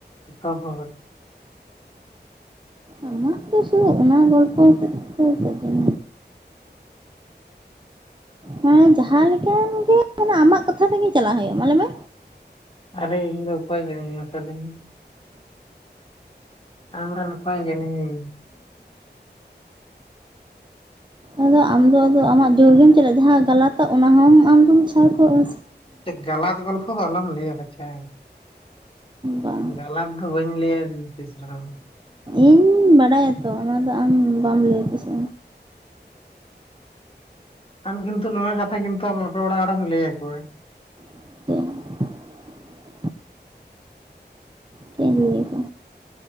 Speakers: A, on the left; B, on the right.
A: ᱥᱚᱵ ᱦᱚᱵᱮᱠ
B: ᱟᱢᱟᱜ ᱫᱚ ᱥᱩᱫᱩ ᱚᱱᱟ ᱜᱚᱞᱯᱚ ᱦᱚᱛᱮᱡ ᱛᱮ ᱡᱮᱱ ᱦᱮᱸ ᱡᱟᱦᱟᱸ ᱞᱮᱠᱟᱱ ᱜᱮ ᱟᱢᱟᱜ ᱠᱟᱛᱷᱟ ᱛᱮᱜᱮ ᱪᱟᱞᱟᱜ ᱦᱩᱭᱩᱜᱼᱟ ᱢᱟᱞᱮ ᱢᱮ
A: ᱟᱨᱮ ᱤᱧ ᱫᱚ ᱚᱠᱚᱭ ᱠᱟᱹᱱᱟᱹᱧ ᱢᱟᱥᱮ ᱞᱟ. ᱭᱢᱮ? ᱟᱢᱨᱮᱱ ᱚᱠᱚᱭ ᱠᱟᱱᱟᱹᱧ ᱤᱧ?
B: ᱟᱫᱚ ᱟᱢᱫᱚ ᱟᱢᱟᱜ ᱡᱳᱨᱜᱮᱢ ᱪᱟᱞᱟᱜᱼᱟ ᱡᱟᱦᱟᱸ ᱜᱟᱞᱟᱛᱟᱜ ᱚᱱᱟ ᱦᱚᱸᱚᱢ ᱟᱢᱫᱚᱢ ᱥᱟᱭ ᱠᱚᱜᱼᱟ᱾
A: ᱜᱟᱞᱟᱛ ᱜᱚᱞᱯᱷᱚ ᱫᱚ ᱟᱞᱚᱢ ᱞᱟᱹᱭᱟ ᱵᱟᱪᱷᱟ
B: ᱵᱟᱝ
A: ᱜᱟᱞᱟᱛ ᱫᱚ ᱵᱟᱹᱧ ᱞᱟᱹᱭᱟ ᱛᱤᱥ ᱨᱮᱸᱦᱚ
B: ᱤᱧ ᱵᱟᱰᱟᱭᱟ ᱛᱚ ᱚᱱᱟ ᱫᱚ ᱟᱢ ᱵᱟᱢ ᱞᱟᱹᱭᱮᱫᱟ ᱥᱮ
A: ᱟᱢ ᱠᱤᱱᱛᱩ ᱱᱚᱣᱟ ᱠᱟᱛᱷᱟ ᱜᱮ ᱠᱤᱱᱛᱩ ᱟᱢ ᱟᱯᱮ ᱚᱲᱟᱜ ᱦᱚᱲᱮᱢ ᱞᱟᱹᱭ ᱟᱠᱚᱣᱟ᱾
B: <inaudible> ᱪᱮᱜ ᱤᱧ ᱞᱟᱹᱭ ᱟᱠᱚ